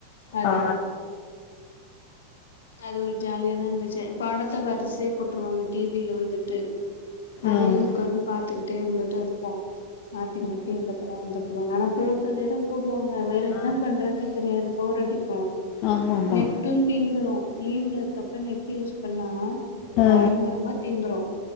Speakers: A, on the left (about 65°); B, on the left (about 40°).
A: அது
B: ஆ
A: அது ஒரு ஜாலியாதா இருந்துச்சு படத்த வரிசையா போட்ருவாங்க டி வி ல வந்துட்டு அதயு
B: ம்
A: உக்காந்து பாத்துக்கிட்டு வந்துட்டு இருப்போ மாத்தி மாத்தி இந்த படொ அந்த படொனு ஆனா போட்டதே தா போடுவாங்க வேற
B: ஆமா
A: என்னா பண்றதுன்னே தெரியாது போரடிக்கு
B: ஆமா ஆமா
A: நெட்டும் தீந்துரு லீவ்ல இருக்கப்ப நெட்டு் யூஸ் பண்ணா
B: ஆ
A: பயங்கரமா தீந்துரு